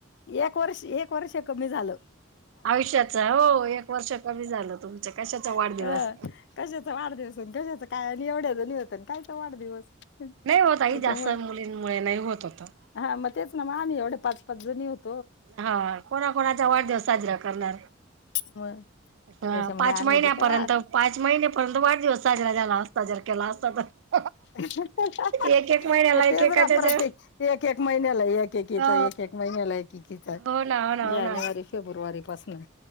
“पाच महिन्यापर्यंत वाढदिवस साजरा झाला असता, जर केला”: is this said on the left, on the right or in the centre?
Right